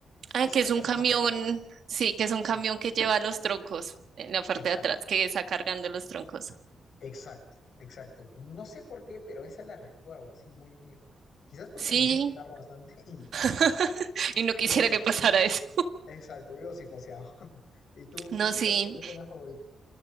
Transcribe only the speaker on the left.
Esa
es
la que
más recuerdo.
Sí,
exacto,
exacto, exacto. No sé por qué, pero esa la recuerdo así muy bien. Quizás porque
manejo el carro bastante <laughs> y
vivo,
psi-
exacto, vivo psicoseado. <laughs> ¿Y tú,
cuál es tu escena favorita?